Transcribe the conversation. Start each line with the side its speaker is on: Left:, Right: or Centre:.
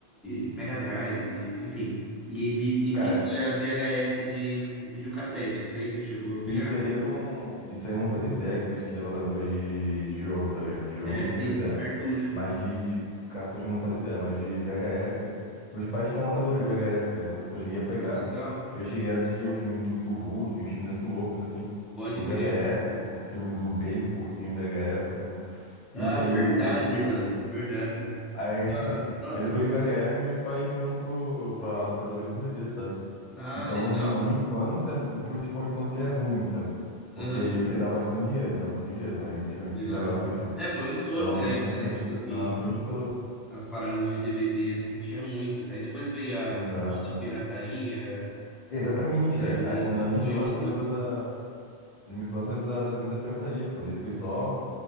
Centre: de Mega Drive, de, enfim. E, vi- e
Left: Cara,
Centre: fita VHS de videocassete. Isso aí você chegou a
Left: E
Centre: pegar?
Left: Isso daí eu não. Isso aí eu não fazia ideia que existia locadora de, de jogo, tá ligado? De jogo
Centre: É,
Left: eu não fazia
Centre: isso.
Left: ideia.
Centre: Cartucho.
Left: Mas de, de cartucho eu não fazia ideia. Mas de VHS. Meus pais tinham locadores de VHS, cara. Então, tipo, eu cheguei a pegar.
Centre: Ah, legal.
Left: E Eu cheguei a assistir o filme do, do Hulk, uns filmes assim loucos, assim,
Centre: Pode
Left: no VHS,
Centre: crer.
Left: o filme do Baby Porquinho em VHS. Então, isso
Centre: Ah,
Left: aí
Centre: verdade,
Left: eu cheguei
Centre: mano.
Left: a ver.
Centre: Verdade.
Left: Aí, <laughs>
Centre: Nossa,
Left: aí depois
Centre: verdade.
Left: de VHS, meus pais foram pro, pra locadora de DVD, sabe?
Centre: Ah,
Left: Então,
Centre: legal, mano.
Left: a minha infância não foi tipo uma infância ruim, sabe?
Centre: Aham,
Left: Porque isso aí dava bastante dinheiro, dava bastante dinheiro. Era um investimento
Centre: legal.
Left: legal que eles tinham.
Centre: É, foi um estouro
Left: Dava
Centre: na
Left: bastante
Centre: época,
Left: dinheiro.
Centre: né? Tipo assim,
Left: Ah, foi um estouro.
Centre: as paradas de DVD, assim, tinha muito. assim. Aí depois veio a
Left: Exato.
Centre: toda a pirataria,
Left: Exatamente.
Centre: e aí
Left: Aí, aí quando da minha
Centre: moiou
Left: infância,
Centre: um pouco.
Left: eu lembro da. Na minha infância, eu lembro da, da vinda da pirataria, pô. Daí foi só.